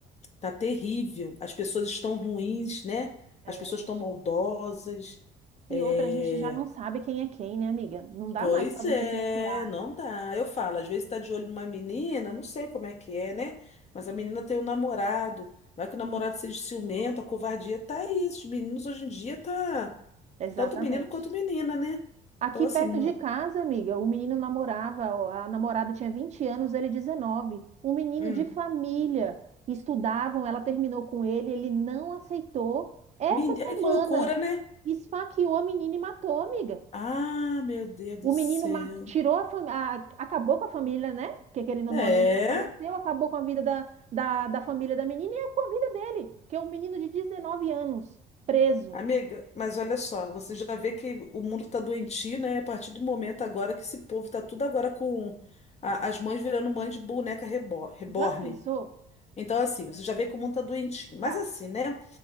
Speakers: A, on the left; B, on the right.
A: Tá terrível. As pessoas estão ruins, né?
B: É,
A: As pessoas
B: a gente...
A: estão maldosas.
B: E
A: É,
B: outra, a gente já não sabe quem é quem, né, amiga? Não dá
A: Pois
B: mais pra você
A: é,
B: confiar.
A: não dá. Eu falo, às vezes tá de olho numa menina, não sei como é que é, né? Mas a menina tem um namorado. Vai que o namorado seja ciumento, a covardia tá aí. Esses meninos hoje em dia tá
B: Exatamente.
A: tanto menino quanto menina, né?
B: Aqui
A: Então, assim,
B: perto
A: hum,
B: de casa, amiga, o menino namorava, a namorada tinha 20 anos, ele 19. Um menino
A: hum.
B: de família. Estudavam, ela terminou com ele, ele não aceitou. Essa
A: Meni-
B: semana,
A: Ai, que loucura, né?
B: esfaqueou a menina e matou, amiga.
A: Ah, meu Deus do
B: O
A: céu.
B: menino ma- tirou a família, acabou com a família, né? Porque querendo ou
A: É.
B: não, a menina faleceu, acabou com a vida da, da, da família da menina e com a vida dele, que é um menino de 19 anos, preso.
A: Amiga, mas olha só, você já vê que o mundo tá doentio, né? A partir do momento agora que esse povo tá tudo agora com a- as mães virando mãe de boneca rebo- reborn.
B: Já pensou?
A: Então, assim, você já vê que o mundo tá doentio. Mas
B: Tá.
A: assim, né?